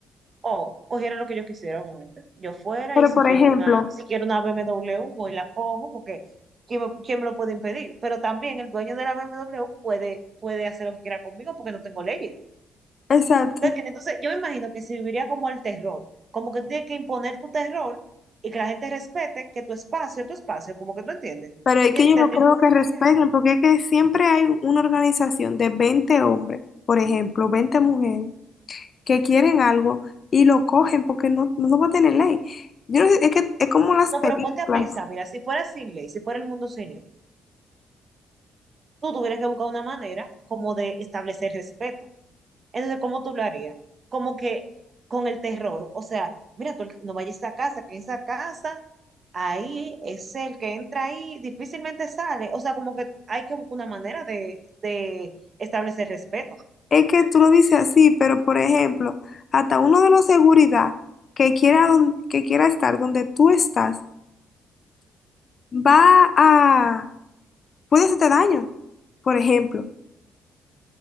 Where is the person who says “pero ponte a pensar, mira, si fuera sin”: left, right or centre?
Right